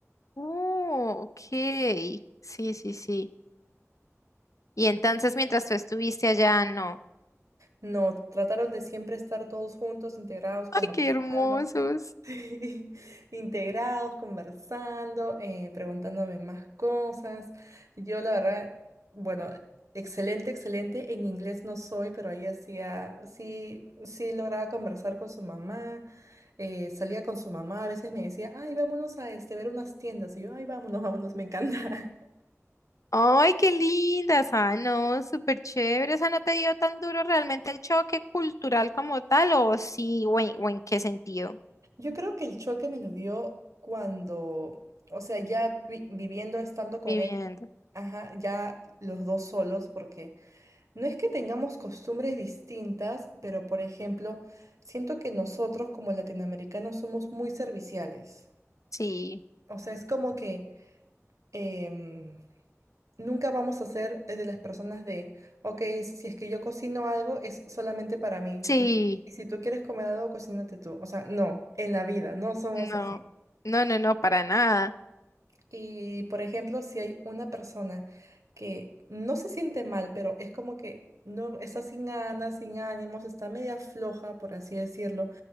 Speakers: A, on the left; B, on the right.
A: Oh, ok. Sí, sí, sí. Y entonces mientras tú estuviste allá, no.
B: No, trataron de siempre estar todos juntos, integrados, conversando,
A: Ay, qué hermosos.
B: <laughs> integrados, conversando, eh, preguntándome más cosas. Yo la verdad, bueno, excelente, excelente. En inglés no soy, pero ahí hacía, sí, sí lograba conversar con su mamá, eh, salía con su mamá, a veces me decía, ay, vámonos a este, ver unas tiendas. Y yo, ay, vámonos, <laughs> vámonos, me encanta. <laughs>
A: Ay, qué lindas. Ah, no, súper chévere. O sea, ¿no te dio tan duro realmente el choque cultural como tal? ¿O sí? ¿O en, o en qué sentido?
B: Yo creo que el choque me lo dio cuando, o sea, ya vi- viviendo, estando con
A: Viviendo.
B: él Ajá, ya los dos solos, porque no es que tengamos costumbres distintas, pero por ejemplo, siento que nosotros como latinoamericanos somos muy serviciales.
A: Sí,
B: O sea, es como que em, nunca vamos a ser de las personas de, ok, si es que yo cocino algo, es solamente para mí.
A: sí.
B: Y, y si tú quieres comer algo, cocínate tú. O sea, no, en la vida, no somos
A: No,
B: así.
A: no, no, no, para nada.
B: Y, por ejemplo, si hay una persona que no se siente mal, pero es como que no está sin ganas, sin ánimos, está media floja, por así decirlo,